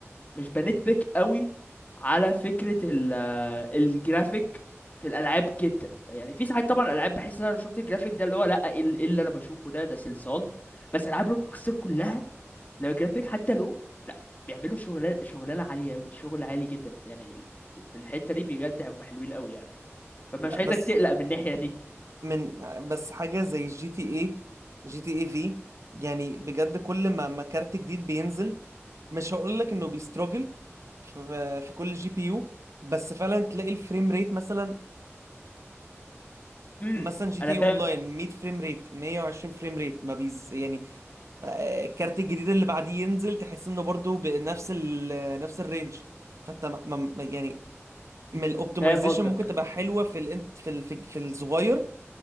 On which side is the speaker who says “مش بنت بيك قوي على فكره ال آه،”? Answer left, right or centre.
Left